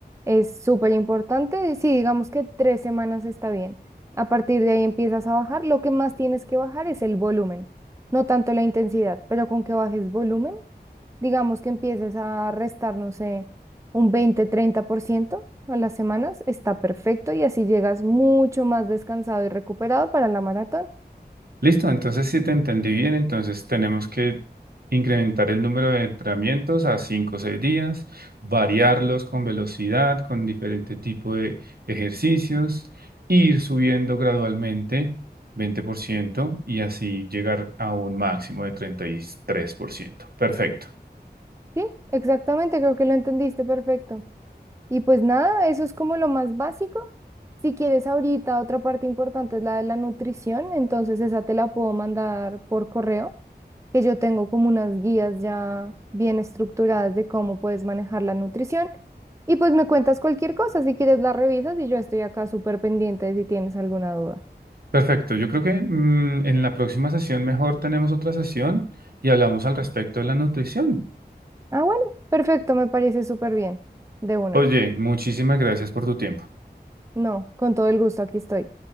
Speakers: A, on the right; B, on the right.
A: Es súper importante. Sí, digamos que tres semanas está bien. A partir de ahí empiezas a bajar. Lo que más tienes que bajar es el volumen, no tanto la intensidad, pero con que bajes volumen, digamos que empieces a restar, no sé, un veinte, treinta por ciento a las semanas, está perfecto y así llegas mucho más descansado y recuperado para la maratón.
B: Listo, entonces si te entendí bien, entonces tenemos que incrementar el número de entrenamientos a 5 o 6 días, variarlos con velocidad, con diferente tipo de ejercicios, ir subiendo gradualmente 20% y así llegar a un máximo de treinta y tres por ciento. Perfecto,
A: Sí, exactamente, creo que lo entendiste perfecto. Y pues nada, eso es como lo más básico. Si quieres ahorita, otra parte importante es la de la nutrición, entonces esa te la puedo mandar por correo, que yo tengo como unas guías ya bien estructuradas de cómo puedes manejar la nutrición. Y pues me cuentas cualquier cosa, si quieres la revisas y yo estoy acá súper pendiente de si tienes alguna duda.
B: perfecto. Yo creo que mm, en la próxima sesión mejor tenemos otra sesión y hablamos al respecto de la nutrición.
A: Ah, bueno, perfecto, me parece súper bien. De una.
B: Oye, muchísimas gracias por tu tiempo.
A: No, con todo el gusto, aquí estoy.